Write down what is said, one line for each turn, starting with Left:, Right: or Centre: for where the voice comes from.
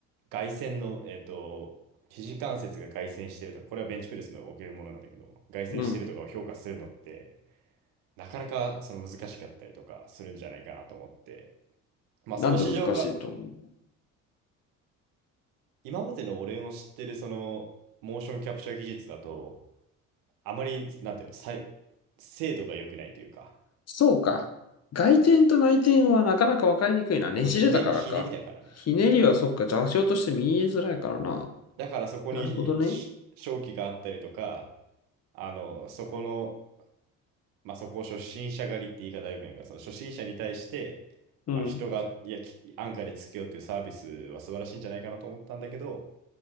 Right: 外旋の、えっと、肘関節が外旋してるとか、これはベンチプレスの起きるものなんだけど、外旋してるとかを評価するのって、
Left: うん。
Right: なかなかその難しかったりとかするんじゃないかなと思って、まあその市場が、
Left: なんで難しいと思う
Right: 今までの俺の知ってるその、モーションキャプチャー技術だと、あまり、なんていうの、さい精度が良くないというか、
Left: そうか。外転と内転はなかなか分かりにくいな。
Right: このひね、
Left: ねじれだからか。
Right: ひねりだからね。
Left: ひねりはそっか、座標として見えづらいからな。
Right: だからそこにし商機があったりとか、
Left: なるほどね。
Right: あの、そこの、まあ、そこを初心者狩りって言い方はよくないから、その初心者に対して、
Left: うん。
Right: まあ、人が、いや、き安価でつけようっていうサービスは素晴らしいんじゃないかなと思ったんだけど、